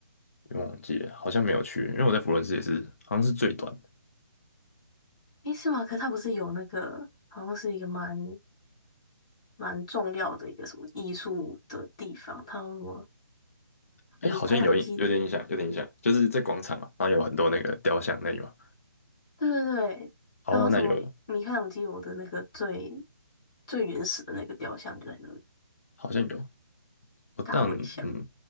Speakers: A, on the left (about 40°); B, on the left (about 20°).
A: 我忘记了，好像没有去，因为我在佛罗伦斯也是，好像是最短的。
B: 诶，是吗？可它不是有那个好像是一个蛮蛮重要的一个什么艺术的地方，它有什么
A: 哎，
B: 米开朗基罗，
A: 好像有印，有点印象，有点印象，就是在广场嘛，然后有很多那个雕像那里嘛。
B: 对对对，
A: 哦，
B: 然后什么米开朗基罗的那个最
A: 那有，
B: 最原始的那个雕像就在那里，
A: 好像有。我但嗯，
B: 大卫像。